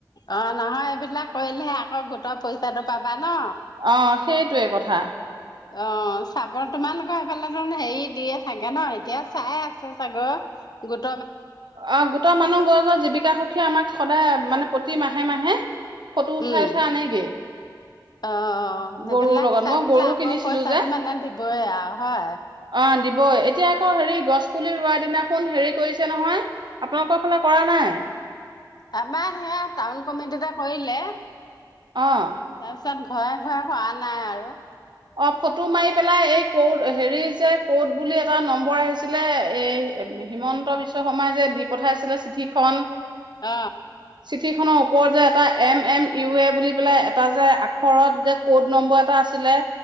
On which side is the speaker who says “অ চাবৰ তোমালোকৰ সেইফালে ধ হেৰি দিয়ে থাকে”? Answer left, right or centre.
Left